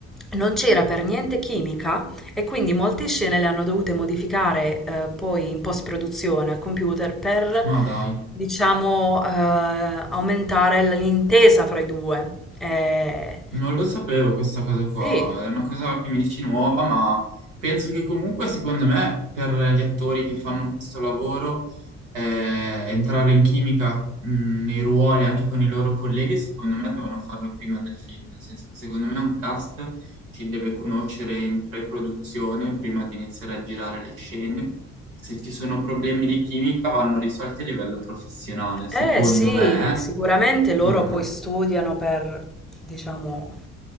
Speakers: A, in the centre; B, on the right (about 80°).
A: non c'era per niente chimica e quindi molte scene le hanno dovute modificare eh, poi in post-produzione al computer per,
B: Ma dai.
A: diciamo, eh, aumentare l- l'intesa fra i due. Eh,
B: Non lo sapevo questa cosa qua,
A: sì,
B: è una cosa che mi dici nuova, ma penso che comunque, secondo me, per gli attori che fanno questo lavoro, eh, entrare in chimica, mh, nei ruoli anche con i loro colleghi, secondo me devono farlo prima del film, nel senso che secondo me un cast si deve conoscere in pre-produzione prima di iniziare a girare le scene. Se ci sono problemi di chimica vanno risolti a livello professionale,
A: Eh
B: secondo
A: sì,
B: me, eh.
A: sicuramente loro
B: secondo
A: poi
B: me,
A: studiano per, diciamo,